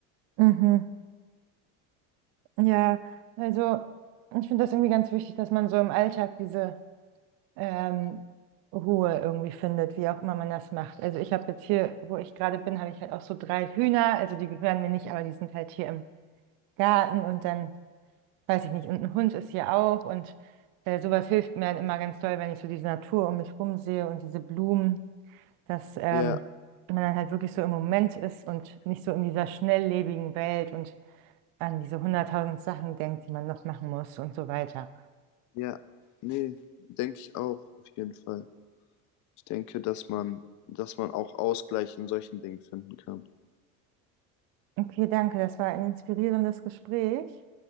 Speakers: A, on the right; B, on the left.
A: mhm. Ja, also ich finde das irgendwie ganz wichtig, dass man so im Alltag diese ähm, Ruhe irgendwie findet, wie auch immer man das macht. Also ich habe jetzt hier, wo ich gerade bin, habe ich halt auch so drei Hühner, also die gehören mir nicht, aber die sind halt hier im Garten und dann weiß ich nicht, und ein Hund ist hier auch und äh, sowas hilft mir halt immer ganz doll, wenn ich so diese Natur um mich rum sehe und diese Blumen, dass ähm,
B: Ja,
A: man dann halt wirklich so im Moment ist und nicht so in dieser schnelllebigen Welt und an diese hunderttausend Sachen denkt, die man noch machen muss und so weiter.
B: ja, nee, denke ich auch, auf jeden Fall. Ich denke, dass man, dass man auch Ausgleich in solchen Dingen finden kann.
A: Okay, danke, das war ein inspirierendes Gespräch.